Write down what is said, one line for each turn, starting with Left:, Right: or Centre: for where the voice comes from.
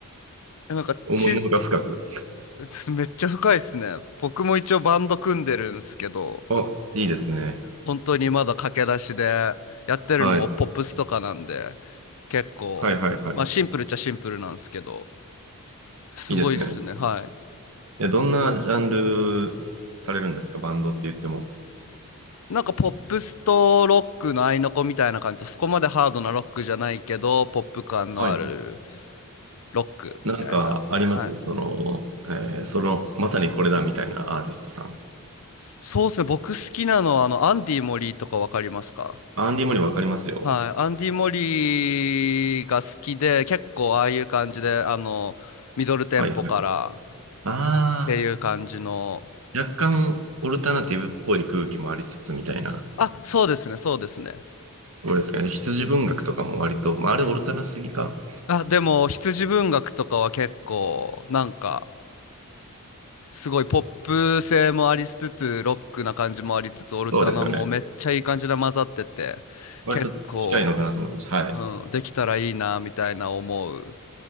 Left: なんかち、
Right: 思いのほか深く。
Left: すめっちゃ深いっすね。僕も一応バンド組んでるんですけど、
Right: あ、いいですね。
Left: 本当にまだ駆け出しで、やってるのもポップスとかなんで、
Right: はい。
Left: 結構、
Right: はいはいはい。
Left: まあシンプルっちゃシンプルなんですけど、すごいっすね。
Right: いいですね。
Left: はい。
Right: いや、どんなジャンルされるんですかバンドって言っても。
Left: なんかポップスとロックの合いの子みたいな感じで、そこまでハードなロックじゃないけど、ポップ感のある
Right: はいはい。
Left: ロックみたいな。
Right: なんかありますその、
Left: はい。
Right: えーその、まさにこれだみたいなアーティストさん。
Left: そうっすね。僕好きなのは、あの、アンディ・モリーとかわかりますか
Right: アンディ・モリわかりますよ。
Left: はい。アンディ・モリーが好きで、結構ああいう感じで、あの、ミドルテンポから
Right: はいはい。あ
Left: っていう感じの。
Right: あ、若干オルタナティブっぽい空気もありつつみたいな。
Left: あ、そうですね、そうですね。
Right: どうですかね。羊文学とかも割と、まあ、あれオルタナすぎか
Left: あ、でも、羊文学とかは結構、なんか、すごいポップ性もありつつ、ロックな感じもありつつ、
Right: そうですよね。
Left: オルタナもめっちゃいい感じで混ざってて、
Right: 割と近いのかなと思います。
Left: 結構、
Right: は
Left: うん、できたらいいな、みたいな思う